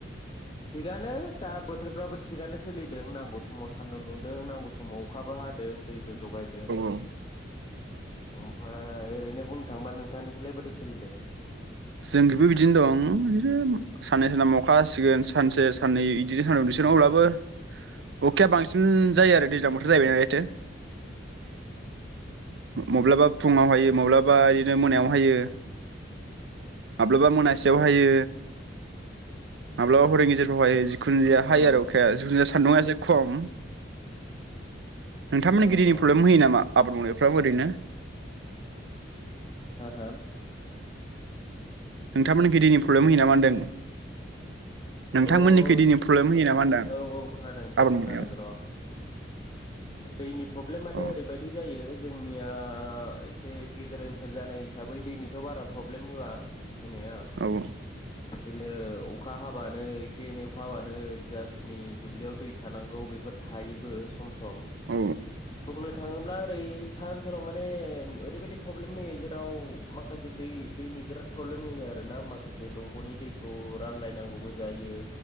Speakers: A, on the left; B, on the right.
A: थिगानो दा बोथोरफ्राबो थिगानो सोलिदों नांगौ समाव सान्दुं दुंदों नांगौ समाव अखाबो हादों दैबो बो जगायदों
B: औ
A: ओमफ्राय ओरैनो बुंनो थांबा नोंथांनिखौलाय बोरै सोलिदों।
B: जोंखिबो बिदिनो दं। बिदिनो साननै सानथाम अखा हासिगोन सानसे साननै बिदिनो साननै दुंसिगोन अब्लाबो अखाया बांसिन जायो आरो दैज्लां बोथोर जाहैबाय नालायथो माब्लाबा फुङाव हायो माब्लाबा बिदिनो मोनायाव हायो। माब्लाबा मोनासेयाव
A: औ
B: हायो माब्लाबा हर गेजेराव हायो जिखुनुजाया हायो
A: औ
B: आरो अखाया जिखुनु सानदुङासो खम नोंथांमोननि
A: औ
B: दैनि प्रब्लेम
A: औ
B: होयो
A: थिगानो
B: नामा आबाद मावनायफ्राबो ओरैनो
A: हो होम
B: नोंथांमोनखि दैनि प्रब्लेम होयो नामा होनदों नोंथांमोननिखै
A: ओह
B: दैनि प्रब्लेम होयो नामा होनदां
A: औ औ खोनादों नोंथां
B: आबाद
A: खोनादों
B: मावनायाव
A: र उम ओ दैनि प्रब्लेम माने
B: औ
A: ओरैबायदि जायो जोंनिया एसे गेजेर ओनसोल जानाय हिसाबै दैनिथ बारा प्रब्लेम होआ होनाया
B: औ
A: बिदिनो अखा हाब हाबानो एसे एनै अखा हाबानो जाखिनि दुब्लियाव दै थानांगौ बेफोर थायोबो सम-सम
B: औ
A: बुंनो थाङोब्ला रै सा ओनसोलाव माने ओरैबायदि प्रब्लेम होयो जेराव माखासे दै दैनि बिराद प्रब्लेम होयो आरोना माखासे दंगनि दैखौ रानलायनांगौ जायो